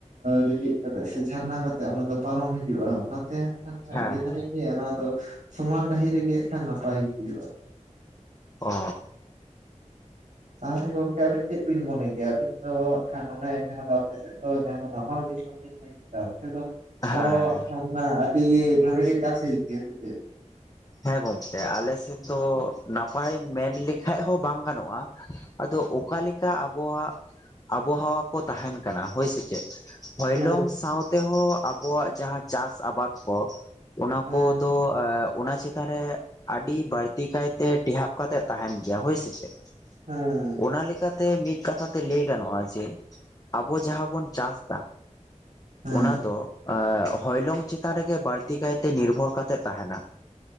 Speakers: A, on the right; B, on the left.
A: ᱨᱮᱸᱜᱤᱡ ᱠᱟᱛᱮ ᱥᱮ ᱡᱷᱟᱨᱱᱟ ᱠᱟᱛᱮᱫ ᱚᱱᱟ ᱫᱚ ᱯᱟᱨᱚᱢ ᱦᱤᱡᱩᱜᱼᱟ ᱚᱱᱟᱛᱮ ᱦᱟᱸᱜ ᱠᱷᱟᱱ
B: ᱦᱮᱸ
A: ᱟᱹᱞᱤᱧ ᱫᱚᱞᱤᱧ ᱞᱟᱹᱭᱟ ᱱᱚᱣᱟ ᱫᱚ ᱥᱚᱢᱟᱱ ᱰᱟᱹᱦᱤ ᱨᱮᱜᱮ ᱦᱟᱸᱜ ᱠᱷᱟᱱ ᱱᱟᱯᱟᱭ ᱜᱮ ᱦᱩᱭᱩᱜᱼᱟ
B: ᱚ
A: ᱛᱟᱦᱚᱞᱮ ᱜᱚᱝᱠᱮ ᱟᱵᱤᱱ ᱪᱮᱫ ᱵᱤᱱ ᱢᱚᱱᱮ ᱠᱮᱭᱟ ᱟᱹᱵᱤᱱ ᱫᱚ ᱠᱷᱟᱱ ᱡᱟᱦᱟ ᱫᱚ ᱟᱯᱮ ᱥᱮᱫ ᱱᱟᱢᱟᱞ ᱫᱤᱥᱟᱹᱢ <unintelligible> <unintelligible>
B: ᱦᱮᱸ
A: ᱚ ᱦᱟᱸᱜ ᱠᱷᱟᱱ ᱟᱹᱰᱤ ᱵᱷᱟᱞᱮ ᱜᱮ ᱪᱟᱥ ᱦᱩᱭᱩᱜ ᱜᱮᱭᱟ ᱥᱮ ᱪᱮᱫ
B: ᱦᱮᱸ ᱜᱚᱝᱠᱮ ᱟᱞᱮᱥᱮᱫ ᱫᱚ ᱱᱟᱯᱟᱭ ᱢᱮᱱ ᱞᱮᱠᱷᱟᱡ ᱦᱚᱸ ᱵᱟᱝ ᱜᱟᱱᱚᱜᱼᱟ ᱟᱫᱚ ᱚᱠᱟ ᱞᱮᱠᱟ ᱟᱵᱚᱣᱟᱜ ᱟᱵᱚᱦᱟᱣᱟ ᱠᱚ ᱛᱟᱦᱮᱱ ᱠᱟᱱᱟ ᱦᱳᱭ ᱥᱮ ᱪᱮᱫ ᱦᱚᱭᱞᱚᱝ
A: ᱦᱮᱸ
B: ᱥᱟᱶᱛᱮᱦᱚᱸ ᱟᱵᱚᱣᱟᱜ ᱡᱟᱦᱟᱸ ᱪᱟᱥ ᱟᱵᱟᱫ ᱠᱚ ᱚᱱᱟ
A: ᱦᱮᱸ
B: ᱠᱚᱛᱚ ᱚᱱᱟ ᱪᱮᱛᱟᱨ ᱨᱮ ᱟᱹᱰᱤ ᱵᱟᱹᱲᱛᱤ ᱠᱟᱭᱛᱮ ᱴᱮᱦᱟᱯ ᱠᱟᱛᱮᱫ ᱛᱟᱦᱮᱱ ᱜᱮᱭᱟ ᱦᱳᱭ ᱥᱮ ᱪᱮᱫ
A: ᱦᱩᱸ
B: ᱚᱱᱟ ᱞᱮᱠᱟᱛᱮ ᱢᱤᱫ ᱠᱟᱛᱷᱟ ᱛᱮ ᱞᱟᱹᱭ ᱜᱟᱱᱚᱜᱼᱟ ᱡᱮ ᱟᱵᱚ ᱡᱟᱦᱟᱸ ᱵᱚᱱ ᱪᱟᱥ ᱮᱫᱟ
A: ᱦᱮᱸ
B: ᱚᱱᱟ ᱫᱚ ᱦᱚᱭᱞᱚᱝ ᱪᱮᱛᱟᱱ ᱨᱮᱜᱮ ᱵᱟᱹᱲᱛᱤ ᱠᱟᱭᱛᱮ ᱱᱤᱨᱵᱷᱚᱨ ᱠᱟᱛᱮᱜ ᱛᱟᱦᱮᱱᱟ